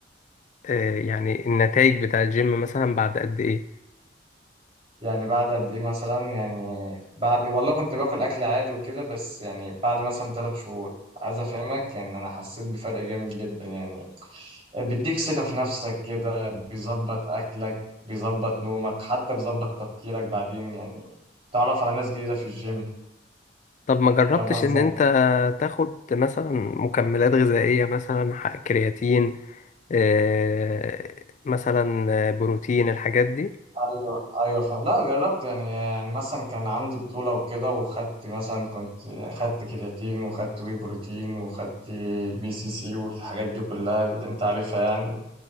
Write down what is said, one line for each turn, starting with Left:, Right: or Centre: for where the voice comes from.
Left: آه، يعني النتائج بتاع الجيم مثلا بعد قد إيه
Right: يعني بعد قد إيه مثلا يعني بعد والله كنت باكل أكل عادي وكده بس يعني بعد مثلا تلات شهور عايز أفهمك يعني أنا حسيت بفرق جامد جدا يعني بيديك ثقة في نفسك كده بيظبط أكلك بيظبط نومك حتى بيظبط تفكيرك بعدين يعني تعرف على ناس جديدة في الجيم
Left: طب ما جربتش
Right: فاهم قصدي
Left: إن أنت تاخد مثلا مكملات غذائية مثلا ح- كرياتين آه، مثلا آه، بروتين الحاجات دي
Right: ايوه ايوه فاهم لا جربت يعني يعني مثلا كان عندي بطوله وكده وخدت مثلا كنت خدت كرياتين وخدت واي بروتين وخدت بي سي سي والحاجات دي كلها اللي انت عارفها يعني